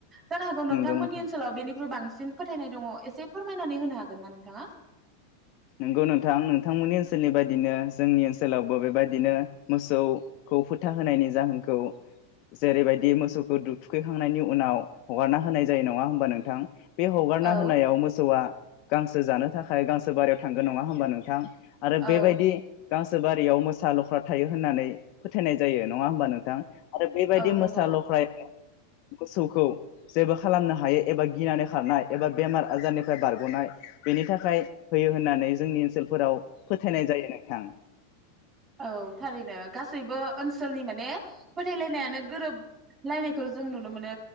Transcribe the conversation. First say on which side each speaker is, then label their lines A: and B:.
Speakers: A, on the right; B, on the left.
A: जानो हागौ नोंथांमोन
B: नंगौ नोंथां
A: ओनसोलाव बेनिख्रुइ बां सिन फोथायनाय दङ एसे फोरमायनानै होनो हागोन ना नोंथाङा?
B: नोंगौ नोंथां, नोंथांमोननि ओनसोलनि बायदिनो जोंनि ओनसोलावबो बेबायदिनो मोसौखौ फोथा होनायनि जाहोनखौ जेरैबायदि मोसौखौ थुखैखांनायनि उनाव हगारना होनाय जायो नङा होमबा नोंथां। बे हगारना
A: औ
B: होनायाव मोसौआ गांसो जानो थाखाय गांसो बारियाव थांगोन नङा होमबा नोंथां। आरो
A: औ
B: बेबायदि गांसो बारियाव मोसा लख्रा थायो होननानै फोथायनाय जायो नङा होमबा नोंथां। आरो बेबायदि
A: औ नंगौ
B: मोसा लख्रा मोसौखौ जेबो खालामनो हायो एबा गिनानै खारनाय एबा बेमार आजारनिफ्राय बारग'नाय बेनि थाखाय होयो होननानै जोंनि ओनसोलफोराव फोथायनाय जायो नोंथां।
A: औ थारैनो। गासैबो ओनसोलनि माने फोथायलायनायानो गोरोबलायनायखौ जों नुनो मोनो